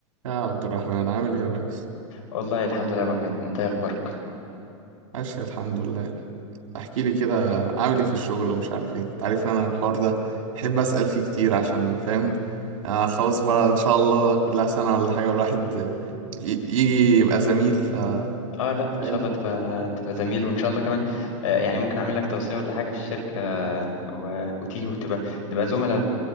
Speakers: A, on the right (about 75°); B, on the left (about 75°).
A: يا عبد الرحمن عامل ايه يا ريس
B: والله الحمد لله يا ابو حميد انت إيه اخبارك
A: ماشي الحمد لله احكي لي كده عامل ايه في الشغل ومش عارف ايه انت عارف ان انا الحوار ده احب اسال فيه كتير عشان فاهم آه خلاص بقى ان شاء الله كلها سنه ولا حاجه والواحد ي- يجي يبقى زميل ف
B: اه لا
A: فاهم
B: ان شاء الله تبقى تبقى زميل وان شاء الله كمان آه، يعني ممكن اعمل لك توصيه ولا حاجه في الشركه و... وتيجي وتبقى نبقى زملاء ب...